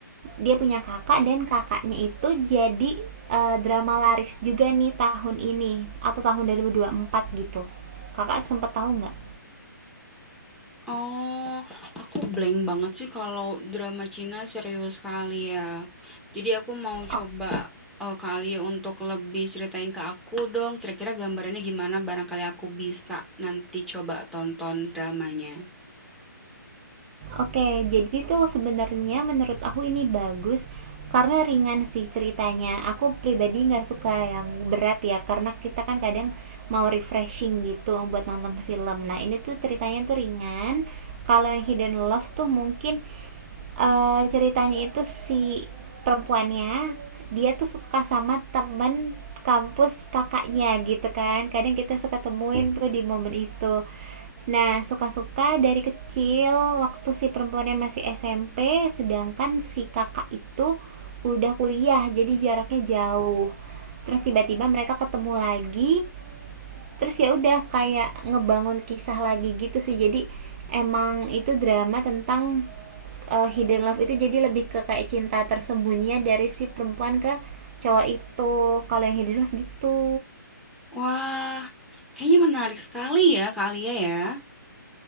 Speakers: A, on the right; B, in the centre.
A: dia punya kakak dan kakaknya itu jadi eh, drama laris juga nih tahun ini atau tahun dua dua ribu dua puluh empat gitu. Kakak sempet tahu nggak?
B: Oh, aku blank banget sih kalau drama Cina serius kali ya. Jadi aku mau
A: Oke.
B: coba, eee, kali ya untuk lebih ceritain ke aku dong, kira-kira gambarannya gimana barangkali aku bisa nanti coba tonton dramanya.
A: Oke, jadi tuh sebenarnya menurut aku ini bagus karena ringan sih ceritanya. Aku pribadi nggak suka yang berat ya, karena kita kan kadang mau refreshing gitu buat nonton film. Nah, ini tuh ceritanya tuh ringan. Kalau yang Hidden Love tuh mungkin eh, ceritanya itu si perempuannya dia tuh suka sama temen kampus kakaknya gitu kan kadang kita suka temuin tuh di momen itu nah suka-suka dari kecil waktu si perempuannya masih SMP sedangkan si kakak itu udah kuliah jadi jaraknya jauh terus tiba-tiba mereka ketemu lagi terus ya udah kayak ngebangun kisah lagi gitu sih jadi emang itu drama tentang uh, hidden love itu jadi lebih ke kayak cinta tersembunyi dari si perempuan ke cowok itu kalau yang hidden love gitu
B: Wah, kayaknya menarik sekali ya, Kak Alia ya.